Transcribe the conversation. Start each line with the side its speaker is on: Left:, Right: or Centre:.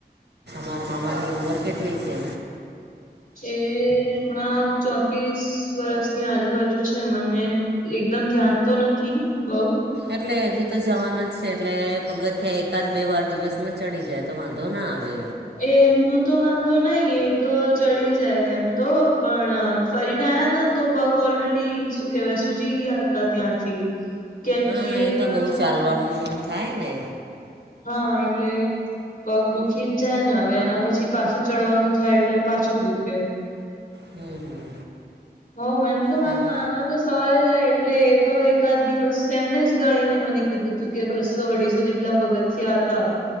Right: તમારા મામાની ઉંમર કેટલી છે?
Left: એ હમણાં ચોત્રીસ વર્ષની આજુબાજુ છે. મને એકદમ ધ્યાન તો નથી બહુ
Right: એટલે હજી તો જવાનું જ છે એટલે પગથિયા એકાદ બે વાર દિવસમાં ચડી જાય. તો વાંધો ના આવે.
Left: એ એમનું તો વાંધો નહી એ તો ચડી જાય એમ તો પણ ફરીને આયા હતા ને તો પગ ઓલરેડી શું કકેવાય ને સુજી જઈ ગયા હતા ત્યાંથી. કેમ
Right: હા
Left: કે
Right: એ
Left: ત્રણ
Right: તો બહુ
Left: ચાર
Right: ચાલવાનું થાય ને.
Left: હા એટલે પગ દુઃખી જ જાય ને હવે એના પછી પાછું ચડવાનું થાય એટલે પાછું દુખે.
Right: હમ હમ
Left: હો એમ તો મારા
Right: તમ-
Left: નાના તો સવારે જાય એટલે એ તો એકાદ દિવસ એમને જ ગણીને મને કીધું કે બસો અઢીસો જેટલા પગથિયા હતા.